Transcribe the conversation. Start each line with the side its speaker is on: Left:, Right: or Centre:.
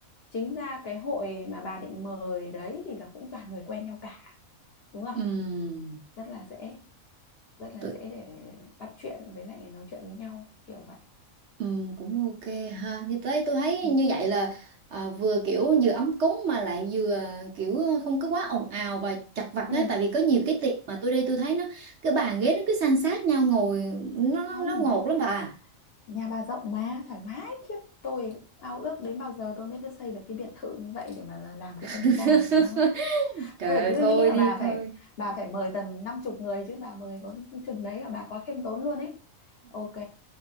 Left: Chính ra cái hội mà bà định mời đấy thì là cũng toàn người quen nhau cả, đúng không?
Right: ừ,
Left: Rất là dễ, rất là
Right: tôi,
Left: dễ để bắt chuyện với lại nói chuyện với nhau kiểu vậy.
Right: ừ, cũng ok ha như thế tôi thấy
Left: Ừ.
Right: như vậy là à, vừa kiểu vừa ấm cúng mà lại vừa kiểu không có quá ồn ào và chật vật
Left: Ừ.
Right: á tại vì có nhiều cái tiệc mà tôi đi tôi thấy nó cái bàn ghế nó cứ san sát nhau ngồi nó
Left: Không,
Right: nó ngột lắm bà
Left: Nhà bà rộng mà thoải mái khiếp tôi ao ước đến bao giờ tôi mới được xây được cái biệt thự như vậy để mà là- làm cái
Right: <laughs>
Left: tân gia cho nó
Right: trời
Left: tôi
Right: ơi
Left: phải cứ
Right: thôi
Left: nghĩ là
Right: đi
Left: bà phải
Right: thôi
Left: bà phải mời tầm năm chục người chứ bà mời có chừng đấy là bà quá khiêm tốn luôn ấy ok